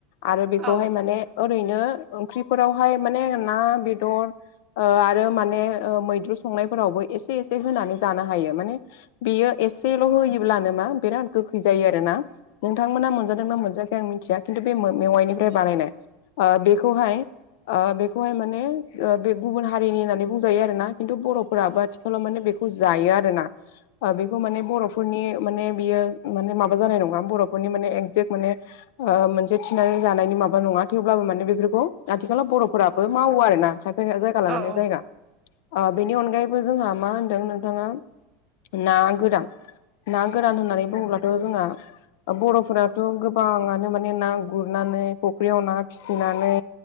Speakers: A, on the left; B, on the right.
A: आरो बेखौहाय
B: औ
A: मा ने ओरैनो ओंख्रिफोरावहाय माने ना बेदर ओ आरो माने ओ मैद्रु संनायफोरावबो एसे एसे होनानै जानो हायो माने बेयो एसेल' होयोब्लानो मा बिराद गोखै जायो आरोना। नोंथांमोना मोनजादोंना मोनजाखै आं मिथिया खिन्थु बे मो मेवाइनिफ्राय बानायनाय ओ बेखौहाय ओ बेखौहाय माने ओ बे गुबुन हारिनि होननानै बुंजायो आरो ना खिन्थु बर'फोराबाद आथि थिखालाव माने बेखौ जायो आरो ना।
B: <unintelligible>
A: ओ बेखौ माने बर'फोरनि माने बियो माने माबा जानाय नंङा बर'फोरनि माने एगजेक्ट माने ओ मोनसे थिनानै जानायनि माबा नंङा। थेवब्लाबो माने बेफोरखौ आथिखालाव बर'फोराबो मावो आरो ना खायफाया जायगा लानानै
B: औ
A: जायगा। आ बेनि अनगायैबो जोंहा मा होनदों नोंथाङा ना गोरान। ना गोरान होननानै बुंङोब्ला थ रजोंहा बर'फोराथ' गोबांङानो माने ना गुरनानै फुख्रियाव ना फिसिनानै